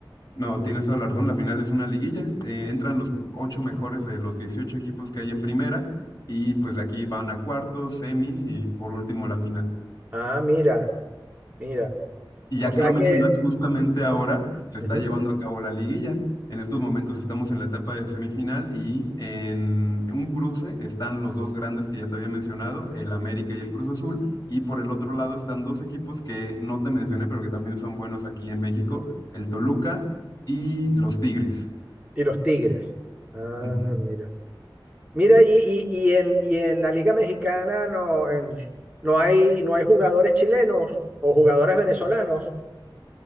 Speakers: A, on the left; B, on the right.
A: No, tienes toda la razón. La final es una liguilla. eh, entran los ocho mejores de los 18 equipos que hay en primera y pues de aquí van a cuartos, semis y por último la final.
B: Ah, mira, mira.
A: Y ya
B: O sea
A: que lo mencionas,
B: que...
A: justamente ahora se está
B: ujú.
A: llevando a cabo la liguilla. En estos momentos estamos en la etapa de semifinal y en un cruce están los dos grandes que ya te había mencionado, el América y el Cruz Azul. Y por el otro lado están dos equipos que no te mencioné, pero que también son buenos aquí en México, el Toluca y los Tigres.
B: Y los Tigres. Ah,
A: Ujú.
B: mira. Mira, y, y, y en, y en la Liga Mexicana no, en- no hay, no hay jugadores chilenos o jugadores venezolanos,